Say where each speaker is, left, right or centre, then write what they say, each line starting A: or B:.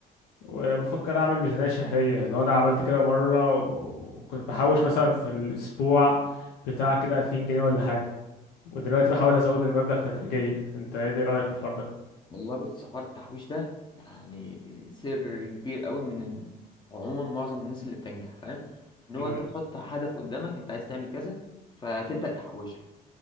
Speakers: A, on the left (about 80°); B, on the left (about 25°).
A: وبفكر اعمل ميزانية شهرية لو انا عملت كده مرة وكنت بحوش مثلا في الاسبوع بتاع كده 2000 جنيه ولا حاجة ودلوقتي بحاول ازود المبلغ تدريجيا انت ايه ده رأيك في الحوار ده
B: والله بص حوار التحويش ده يعني سر كبير قوي من عموما معظم الناس اللي بتنجح فاهم ان هو
A: امم
B: انت تحط هدف قدامك انت عايز تعمل كذا فتبدأ تحوش له